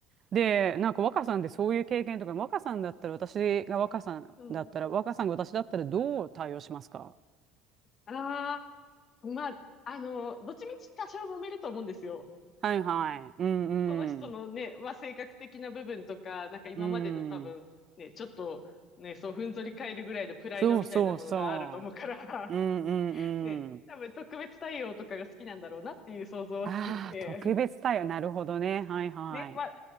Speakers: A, on the right; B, on the left.
A: で、なんか若さんでそういう経験とか、若さんだったら、私が若さんだったら、
B: うん。
A: 若さんが私だったらどう対応しますか
B: ああ、まあ、あの、どっちみち多少揉めると思うんですよ。
A: はいはい。うんうん。
B: その人のね、まあ、性格的な部分とか、なんか今までの多分、
A: うん。
B: ね、ちょっと、ね、そう、ふんぞり返るぐらいのプライドみたいなものがあると思うから、
A: そうそうそう。うんうんうん。
B: <laughs> ね、多分特別対応とかが好きなんだろうなっていう想像はつくんで、
A: ああ、特別対応。なるほどね。はいはい。
B: ね、まあ、